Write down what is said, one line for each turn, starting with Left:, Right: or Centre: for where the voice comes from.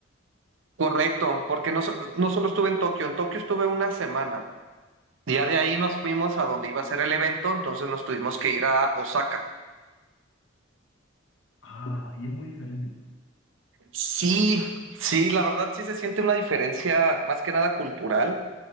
Right: Correcto, porque no, so- no solo estuve en Tokio, en Tokio estuve una semana. Ya de ahí nos fuimos a donde iba a ser el evento, entonces nos tuvimos que ir a Osaka.
Left: Ah, ¿y es muy diferente?
Right: Sí, sí, la verdad sí se siente una diferencia más que nada cultural,